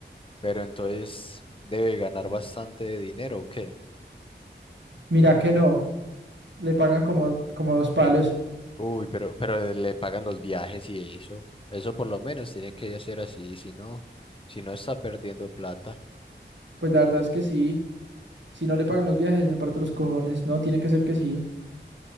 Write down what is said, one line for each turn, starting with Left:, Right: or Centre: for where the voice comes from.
Left: Pero entonces debe ganar bastante dinero, ¿o qué?
Right: Mira que no, le pagan como, como dos palos.
Left: Uy, pero, pero le pagan los viajes y eso. Eso por lo menos tiene que ser así, si no, si no está perdiendo plata.
Right: Pues la verdad es que sí, si no le pagan los viajes me parto los cojones, no, tiene que ser que sí.